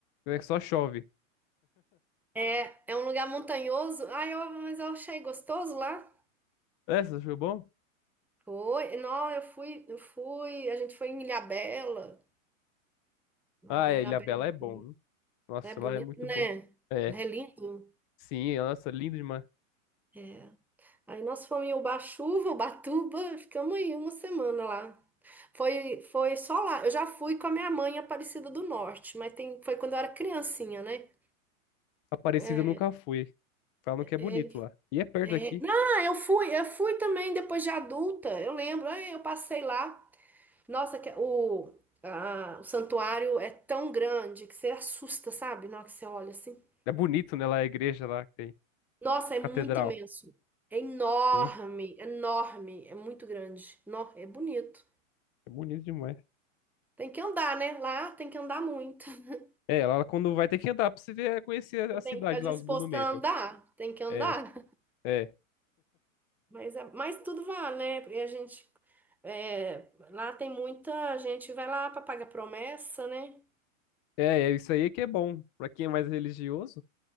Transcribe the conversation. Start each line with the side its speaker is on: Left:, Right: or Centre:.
Left: É que só chove.
Centre: É, é um lugar montanhoso. Ah, eu, mas eu achei gostoso lá.
Left: É, você achou bom?
Centre: Foi, não, eu fui, eu fui, a gente foi em Ilhabela. Não,
Left: Ah, é,
Centre: Ilhabela
Left: Ilhabela
Centre: é
Left: é bom,
Centre: bonito,
Left: viu? Nossa,
Centre: é bonito,
Left: lá é muito
Centre: né?
Left: bom. É,
Centre: É lindo.
Left: sim, nossa, lindo demais.
Centre: É. Aí nós fomos em Ubatuba, Ubatuba, ficamos aí uma semana lá. Foi, foi só lá. Eu já fui com a minha mãe em Aparecida do Norte, mas tem, foi quando eu era criancinha, né?
Left: Aparecida
Centre: É,
Left: eu nunca fui. Falam
Centre: é,
Left: que é bonito lá. E é perto
Centre: é.
Left: daqui.
Centre: Não, eu fui, eu fui também depois de adulta. Eu lembro, é, eu passei lá. Nossa, que- é o, a- o santuário é tão grande que você assusta, sabe? Na hora que você olha assim.
Left: É bonito, né? Lá a igreja lá que tem.
Centre: Nossa, é
Left: Catedral.
Centre: muito imenso. É enorme,
Left: Sim,
Centre: enorme, é muito grande. No- É bonito.
Left: é bonito demais.
Centre: Tem que andar, né? Lá tem que andar muito. <laughs>
Left: É, lá quando vai ter que andar pra você ver, conhecer
Centre: Você
Left: a cidade
Centre: tem que estar disposto
Left: lá, os monumentos.
Centre: a andar, tem que andar.
Left: É,
Centre: <laughs>
Left: é.
Centre: Mas, é, mas tudo vale, né? Porque a gente. é, lá tem muita gente, vai lá para pagar promessa, né?
Left: É, é isso aí que é bom. Pra quem é mais religioso,